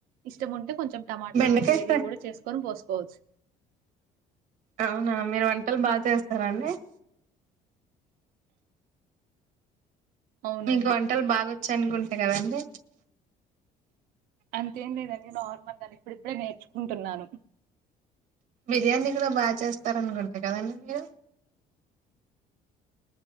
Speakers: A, on the right; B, on the right.
A: ఇష్టం ఉంటే కొంచెం కొంచెం టమాటా
B: బెండకాయ
A: గ్రేవీ
B: ఫ్రై
A: కూడా చేసుకొని పోసుకోవచ్చు
B: అవునా మీరు వంటలు బాగా చేస్త స్తరన్నడి
A: అవునండి
B: మీకు వంటలు బాగాొ చనుగుంటా కదండి
A: అంతేం లేదండి నార్మల్గాని ఇప్పుడిప్పుడే నేర్చుకుంటున్నాను
B: బిర్యానీ కూడా బాగా చేస్తారనుకుంటే కదండి మీరు